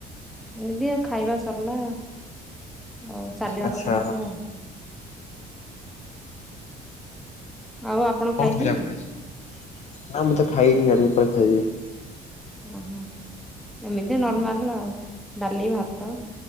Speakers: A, in the centre; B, on the left.
A: ଏମିତି ଆଉ ଖାଇବା ସରିଲା ଆଉ। ଚାଲିବା
B: ଆଚ୍ଛା
A: କଥା ଟିକେ ଆଉ। ଆଉ ଆପଣ ଖାଇଲେଣି
B: କଣ ଖାଇଲେ ଆପଣ ଆଜି? ନା ମୁଁ ତ ଖାଇନି ଆଉ ଟିକେପରେ ଖାଇବି।
A: ଓହୋ, ଏମିତି ନର୍ମାଲ ଆଉ ଡାଲି, ଭାତ